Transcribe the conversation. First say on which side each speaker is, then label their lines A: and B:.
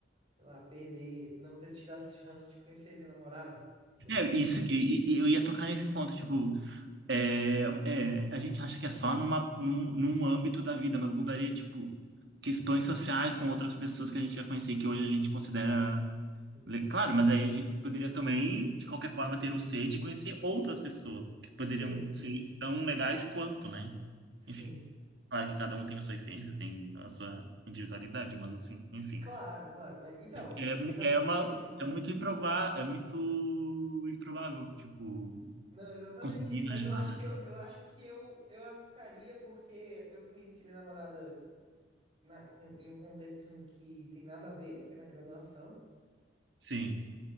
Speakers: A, on the right; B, on the right.
A: sei lá, perder, não ter tido a chance de conhecer minha namorada, entendeu?
B: É, isso, e- e- eu ia tocar nesse ponto, tipo, é, é, a gente acha que é só numa, num, num âmbito da vida, mas mudaria, tipo, questões sociais com outras pessoas que a gente já conhecia, e que hoje a gente considera
A: Sim.
B: Le- Claro, mas aí a gente poderia também, de qualquer forma, ter o C de conhecer outras pessoas que poderiam
A: Sim,
B: ser tão legais quanto, né?
A: sim.
B: Enfim, claro que cada um tem a sua essência, tem a sua individualidade, mas assim, enfim.
A: Claro, claro. Mas, então,
B: É, mu-
A: é exatamente
B: é uma,
A: isso.
B: é muito improvável, é muito improvável, tipo,
A: Não, é exatamente
B: conseguir
A: isso.
B: imaginar,
A: Mas eu acho
B: né?
A: que eu, eu acho que eu, eu arriscaria porque eu conheci minha namorada na- com- em um contexto em que tem nada a ver, foi na graduação.
B: Sim,